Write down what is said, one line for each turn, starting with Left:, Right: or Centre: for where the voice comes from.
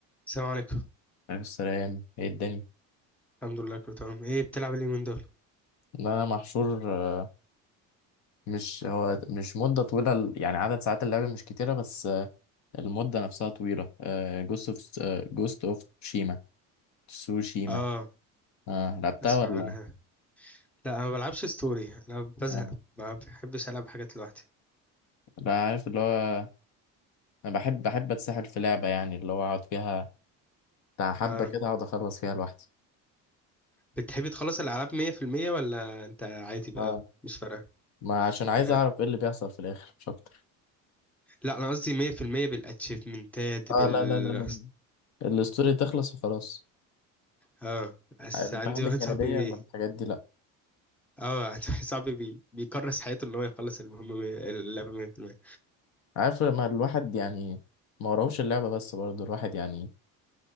Centre: السلام عليكم
Left: عليه السلام ايه الدنيا
Centre: الحمد لله كله تمام ايه بتلعب إيه اليومين دول
Left: لا محشور آه، مش هو مش مدة طويلة ال- يعني عدد ساعات اللعب مش كتيرة بس آه، المدة نفسها طويلة جوست اوف جوست اوف شيما تسوشيما
Centre: اه
Left: آه لعبتها
Centre: اسمع
Left: ولا
Centre: عنها لا انا ما بلعبش ستوري انا بزهق
Left: آه.
Centre: ما بحبش العب حاجات لوحدي
Left: لا عارف اللي هو انا بحب بحب اتسحل في لعبة يعني اللي هو اقعد فيها بتاع حبة
Centre: اه
Left: كده اقعد اخلص فيها لوحدي
Centre: بتحبي تخلص الالعاب 100% ولا انت عادي بقى
Left: اه
Centre: مش فارقه
Left: ما عشان عايز
Centre: آه.
Left: اعرف ايه اللي بيحصل في الاخر مش اكتر
Centre: لا انا قصدي 100% بالاتشيفمنتات
Left: اه
Centre: بال
Left: لا لا لا لا الستوري تخلص وخلاص
Centre: اه بس
Left: المهام
Centre: عندي واحد
Left: الجانبية
Centre: صاحبي بي
Left: والحاجات دي لا
Centre: اه عندي واحد صاحبي بي... بيكرس حياته ان هو يخلص المهمه مية- اللعبه 100%
Left: عارف لما الواحد يعني ما وراهوش اللعبة بس برضه الواحد يعني